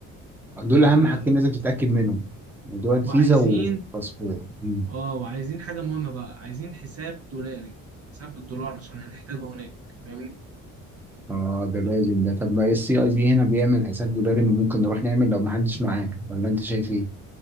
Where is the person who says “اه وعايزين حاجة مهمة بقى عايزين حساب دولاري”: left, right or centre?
Right